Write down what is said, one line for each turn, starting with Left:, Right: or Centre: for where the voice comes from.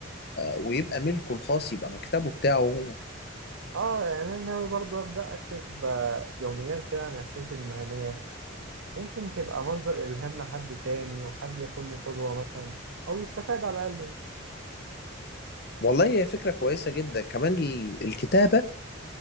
Left: ويبقى ملكه الخاص يبقى مكتبه بتاعه هو
Right: اه يعني انا ناوي برضو ابدا اكتب آه، يوميات كده عن رحلتي المهنيه ممكن تبقى مصدر الهام لحد تاني وحد ياخدني قدوه مثلا او يستفاد على الاقل يعني
Left: والله هي فكره كويسه جدا كمان ال- الكتابه